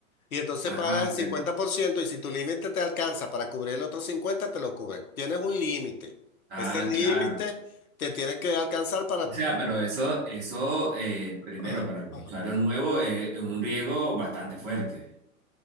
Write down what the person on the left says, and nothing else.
Y entonces
pagas el 50%
y si tu límite te alcanza para cubrir el otro 50 te lo cubren. Tienes un límite.
Ese límite
te tiene que alcanzar para...
Ajá,
ajá.